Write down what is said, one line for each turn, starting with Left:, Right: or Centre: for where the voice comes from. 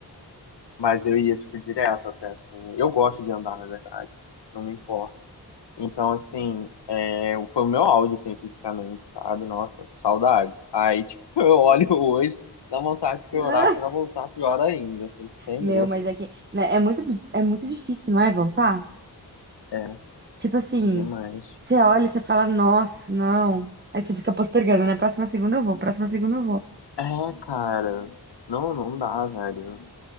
Left: Mas eu ia, tipo, direto até, assim. Eu gosto de andar, na verdade. Não me importa. Então, assim, é, foi o meu auge, assim, fisicamente, sabe? Nossa, saudade. Aí, tipo, <laughs> eu olho hoje, dá vontade de chorar
Right: <laughs>
Left: pra
Right: Ah,
Left: voltar pior ainda. Eu falei, Senhor,
Right: Meu, mas é que né, é muito, é muito difícil, não é, voltar?
Left: é,
Right: Tipo assim,
Left: demais.
Right: você olha, e você fala, nossa, não. Aí você fica postergando, né? Próxima segunda eu vou, próxima segunda eu vou.
Left: É, cara, não, não dá, velho.